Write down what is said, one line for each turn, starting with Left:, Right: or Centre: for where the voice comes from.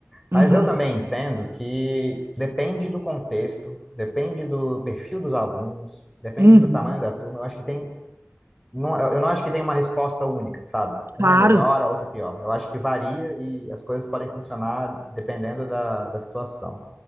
Centre: Mas
Right: Uhum.
Centre: eu também entendo que depende do contexto, depende do perfil dos alunos, depende
Right: Uhum.
Centre: do tamanho da turma. Eu acho que tem, não, eu não acho que tem uma resposta única, sabe?
Right: Claro,
Centre: Uma é melhor, a outra é pior. Eu acho que varia e as coisas podem funcionar dependendo da, da situação.